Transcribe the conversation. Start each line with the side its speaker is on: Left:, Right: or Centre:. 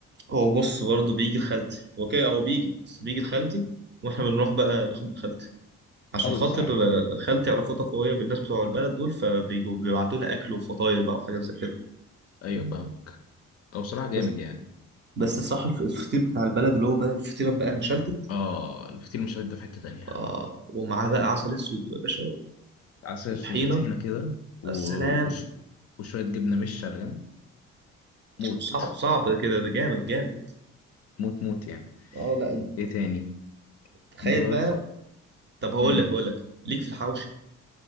Right: هو بص برضه بيجي لخالتي هو كده هو بيجي بس بيجي لخالتي واحنا بنروح بقى ناخد من خالتي عشان
Left: قوي
Right: خاطر
Left: بصراحه
Right: آه، خالتي علاقتها قوية بالناس بتوع البلد دول فبيجوا بيبعتوا لها أكل وفطاير بقى وحاجات زي كده
Left: ايوه فاهمك او بصراحه جامد
Right: بس
Left: يعني
Right: بس الصراحة الف- الفطير بتاع البلد اللي هو بقى الفطيرة بقى المشلتت
Left: اه الفطير مشلتت ده في حته تانيه
Right: آه ومعاه بقى عسل أسود يا باشا
Left: عسل
Right: وطحينة
Left: بطحينة كده و-
Right: السلام
Left: وش... وشوية جبنة مش على جنب موت
Right: صعب صعب كده ده جامد جامد
Left: موت موت يعني
Right: اه لا
Left: ايه تاني
Right: تخيل
Left: بف...
Right: بقى طب هقول
Left: مم.
Right: لك هقول لك ليك في الحوشي